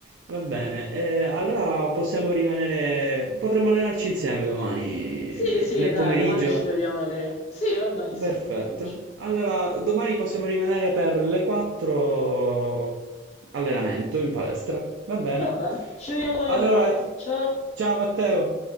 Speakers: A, on the right; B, on the left.
A: Va bene, eh, allora possiamo rimanere... potremmo allenarci insieme domani,
B: Sì, sì,
A: nel pomeriggio?
B: dai, domani ci vediamo lì. Sì, va benissimo
A: Perfetto.
B: il pomeriggio.
A: Allora, domani possiamo rimanere per le 4 allenamento in palestra. Va bene.
B: Va bene, ci vediamo domani
A: Allora,
B: alle quattro, ciao!
A: ciao Matteo.